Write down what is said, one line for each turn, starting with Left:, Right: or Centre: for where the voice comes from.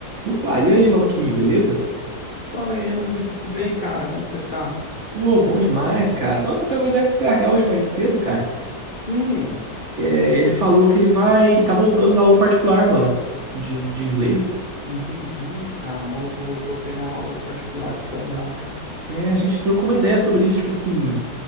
Right: Opa, e aí, maluquinho, beleza?
Left: Fala aí, Renanzi, tudo bem, cara? Como que você tá?
Right: Pô, bom demais, cara. Tava trocando uma ideia com o PH hoje mais cedo, cara.
Left: Hum,
Right: É, ele falou que ele vai. Tá voltando da aula particular, mano, de, de inglês.
Left: entendi, cara. O maluco voltou a pegar aulas particulares pra dar, cara.
Right: É, a gente trocou uma ideia sobre isso, tipo assim.